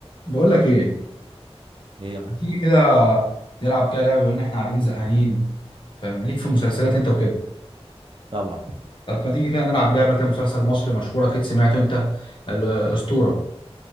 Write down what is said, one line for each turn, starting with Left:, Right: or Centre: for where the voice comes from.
Left: بقول لك ايه
Right: ايه يا معلم
Left: ما تيجي كده نلعب كده لعبه بما ان احنا قاعدين زهقانين فاهم ليك في مسلسلات انت وكده
Right: طبعا
Left: طب ما تيجي كده نلعب لعبه كده مسلسل مصري مشهور اكيد سمعته انت ال- الاسطوره